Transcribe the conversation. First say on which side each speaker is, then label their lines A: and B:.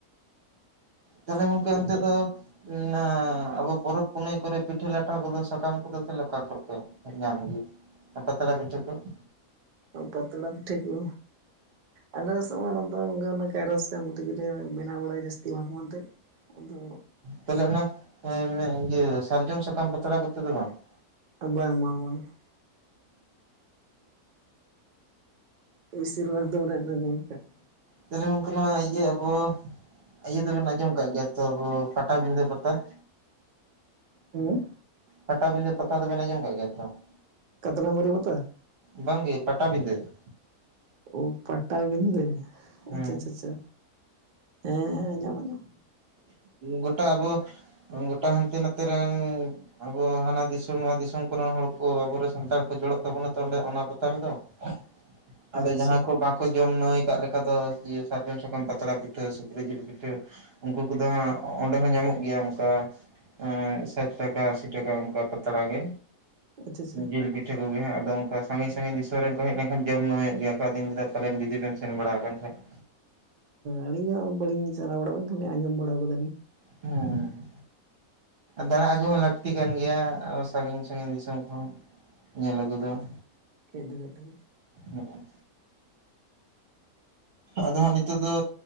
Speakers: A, on the right (about 50°); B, on the right (about 70°).
A: ᱛᱟᱦᱚᱞᱮ ᱜᱚᱢᱠᱮ
B: ᱟᱫᱚ
A: ᱚᱱᱛᱮ ᱫᱚ ᱾ ᱱᱟ ᱟᱵᱚ ᱯᱚᱨᱵᱽ ᱯᱩᱱᱟᱹᱭ ᱠᱚᱨᱮ ᱯᱤᱴᱷᱟᱹ ᱞᱟᱴᱷᱟ ᱠᱚᱫᱚ ᱥᱟᱠᱟᱢ ᱠᱚᱫᱚ ᱛᱟᱦᱚᱞᱮ ᱚᱠᱟ ᱠᱚᱨᱮ ᱯᱮ ᱾ ᱧᱟᱢ ᱜᱮ ᱯᱟᱛᱲᱟ ᱯᱤᱴᱷᱟᱹ ᱠᱚ ᱾
B: ᱚᱸ ᱯᱟᱛᱲᱟ ᱯᱤᱴᱷᱟᱹ ᱠᱚ ᱟᱞᱮ ᱥᱮᱱ ᱢᱟ ᱱ ᱾ ᱟᱫᱚ ᱚᱱᱠᱟ ᱚᱱᱟ ᱠᱟᱭᱨᱟ ᱥᱟᱠᱟᱢ ᱛᱮ ᱜᱮ ᱞᱮ ᱵᱮᱱᱟᱣ ᱵᱟᱲᱟᱭᱟ ᱡᱟᱹᱥᱛᱤ ᱢᱟᱡᱷᱮ ᱢᱚᱫᱫᱷᱮ ᱟᱫᱚ
A: ᱛᱟᱦᱞᱮ ᱚᱱᱟ ᱤᱭᱟᱹ ᱥᱟᱨᱡᱚᱢ ᱥᱟᱠᱟᱢ ᱯᱟᱛᱲᱟ ᱠᱚᱛᱮ ᱫᱚ ᱵᱟᱝ ᱾
B: ᱵᱟᱝ ᱵᱟᱝ ᱵᱟᱝ ᱾ ᱵᱤᱥᱤᱨᱵᱟᱫᱽ ᱫᱚᱣᱨᱱᱟ ᱜᱚᱢᱠᱟ <unintelligible>
A: ᱛᱟᱦᱚᱞᱮ ᱜᱚᱢᱠᱮ ᱱᱚᱣᱟ ᱤᱭᱟᱹ ᱟᱵᱚ ᱤᱭᱟᱹ ᱫᱚᱵᱮᱱ ᱟᱸᱡᱚᱢ ᱟᱠᱟᱫ ᱜᱮᱭᱟ ᱛᱚ ᱟᱵᱚ ᱯᱟᱴᱟᱵᱤᱫᱟᱹ ᱯᱟᱛᱟ ᱾
B: ᱦᱩᱸ
A: ᱯᱟᱴᱟᱵᱤᱫᱟᱹ ᱯᱟᱛᱟ ᱫᱚ ᱵᱮᱱ ᱟᱸᱡᱚᱢ ᱟᱠᱟᱫ ᱜᱮᱭᱟ ᱛᱚ ᱾
B: ᱠᱟᱛᱨᱟ ᱢᱚᱨᱩ ᱯᱟᱛᱟ ᱾
A: ᱵᱟᱝ ᱜᱮ ᱯᱟᱴᱟᱵᱤᱫᱟᱹ ᱾
B: ᱚ ᱯᱟᱴᱟᱵᱤᱫᱟᱹ
A: ᱦᱮᱸ
B: ᱟᱪᱪᱷᱟ ᱟᱪᱪᱷᱟ ᱪᱷᱟ ᱦᱮᱸ ᱦᱮᱸ ᱟᱸᱡᱚᱢ ᱟᱸᱡᱚᱢ ᱾
A: ᱜᱳᱴᱟ ᱟᱵᱚ ᱜᱳᱴᱟ ᱦᱟᱱᱛᱮ ᱱᱟᱛᱮ ᱨᱮᱱ ᱾ ᱟᱵᱚ ᱦᱟᱱᱟ ᱫᱤᱥᱚᱢ ᱱᱚᱣᱟ ᱫᱤᱥᱚᱢ ᱠᱚ ᱨᱮᱱ ᱦᱚᱲ ᱠᱚ ᱟᱵᱚ ᱨᱮᱱ ᱥᱟᱱᱛᱟᱲ ᱠᱚ ᱡᱚᱲᱚᱜ ᱛᱟᱵᱚᱱᱟ ᱛᱚ ᱚᱸᱰᱮ ᱚᱱᱟ ᱯᱟᱛᱟ ᱨᱮᱫᱚ
B: <unintelligible>
A: ᱾ ᱟᱫᱚ
B: ᱟᱪᱪᱷᱟ
A: ᱡᱟᱦᱟᱸ ᱠᱚ ᱵᱟ ᱾ ᱠᱚ ᱡᱚᱢ ᱱᱟᱹᱣᱟᱹᱭ ᱟᱠᱟᱫ ᱞᱮᱠᱟ ᱫᱚ ᱤᱭᱟᱹ ᱥᱟᱨᱡᱚᱢ ᱥᱟᱠᱟᱢ ᱯᱟᱛᱲᱟ ᱯᱤᱴᱷᱟᱹ ᱥᱩᱠᱨᱤ ᱡᱤᱞ ᱯᱤᱴᱷᱟᱹ ᱩᱱᱠᱩ ᱾ ᱩᱱᱠᱩ ᱫᱚ ᱦᱟᱸᱜ ᱚᱸᱰᱮ ᱦᱚᱸ ᱧᱟᱢᱚᱜ ᱜᱮᱭᱟ ᱚᱱᱠᱟ ᱾ ᱥᱟᱴ ᱴᱟᱠᱟ ᱟᱥᱤ ᱴᱟᱠᱟ ᱚᱱᱠᱟ ᱯᱟᱛᱲᱟ ᱜᱮ
B: ᱟᱪᱪᱷᱟ ᱟᱪᱪᱷᱟ
A: ᱡᱤᱞ ᱯᱤᱴ--᱾ ᱴᱷᱟᱹ ᱠᱚᱜᱮ ᱦᱟᱜ ᱟᱫᱚ ᱚᱱᱠᱟ ᱥᱟᱺᱜᱤᱧ ᱥᱟᱺᱜᱤᱧ ᱫᱤᱥᱚᱢ ᱨᱮᱱ ᱠᱚ ᱦᱮᱡ ᱞᱮᱱᱟᱱ ᱡᱚᱢ ᱱᱟᱹᱣᱟᱹᱭᱚᱜ ᱜᱮᱭᱟᱠᱟ ᱟᱫᱚᱧ ᱞᱟᱹᱭ ᱮᱫᱟ ᱯᱟᱞᱮᱱ ᱡᱚᱫᱤ ᱵᱮᱱ ᱥᱮᱱ ᱵᱟᱲᱟ ᱟᱠᱟᱱ ᱠᱷᱟᱱ ᱾
B: ᱟᱹᱞᱤᱧ ᱦᱚᱸ ᱵᱟᱞᱤᱧ ᱪᱟᱞᱟᱣ ᱵᱟᱲᱟ ᱟᱠᱟᱱᱟ ᱠᱷᱟᱞᱤ ᱟᱸᱡᱚᱢ ᱵᱟᱲᱟ ᱟᱠᱟᱫᱟᱞᱤᱧ ᱾
A: ᱦᱮᱸ ᱦᱮᱸ ᱾ ᱫᱟᱬᱟ ᱟᱹᱜᱩ ᱦᱚᱸ ᱞᱟᱹᱠᱛᱤ ᱠᱟᱱ ᱜᱮᱭᱟ ᱥᱟᱺᱜᱤᱧ ᱥᱟᱺᱜᱤᱧ ᱫᱤᱥᱚᱢ ᱠᱚᱦᱚ ᱾ ᱧᱮᱞ ᱟᱜᱩ ᱫᱚ ᱾
B: ᱠᱷᱮᱫ ᱵᱮᱫ ᱜᱮ ᱾
A: ᱦᱩᱸᱩᱜ ᱾ ᱟᱫᱚ ᱦᱟᱸᱜ ᱱᱤᱛᱚᱜ ᱫᱚ